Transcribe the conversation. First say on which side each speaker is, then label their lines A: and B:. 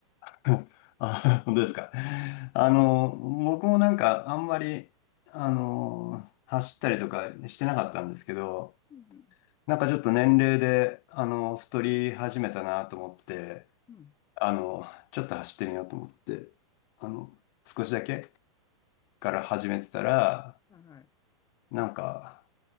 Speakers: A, on the left; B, on the left.
A: <laughs> あ、本当ですか。あの僕もなんかあんまり、あの走ったりとかしてなかったんですけど、
B: うん。
A: なんかちょっと年齢で、あの太り始めたなと思って、
B: うん
A: あの、ちょっと走ってみようと思って、あの、少しだけから始めてたら、
B: はいはい。
A: なんか、